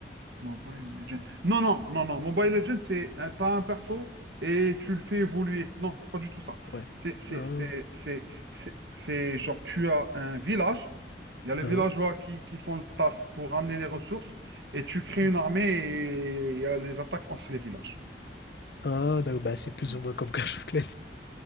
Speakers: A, on the right; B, on the left.
A: Mobile Legends. Non, non, non, non. Mobile Legends, c'est un, t'as un perso et tu le fais évoluer. Non, c'est pas du tout ça.
B: ouais.
A: C'est, c'est,
B: Hein,
A: c'est, c'est, c'est- c'est genre, tu as un village, il y a les
B: hein,
A: villageois qui, qui font le taf pour ramener les ressources et tu crées
B: hein.
A: une armée et il y a les attaques entre les villages.
B: Ah, d'accord, bah, c'est plus
A: Voilà.
B: ou moins comme <laughs> Clash of Clans.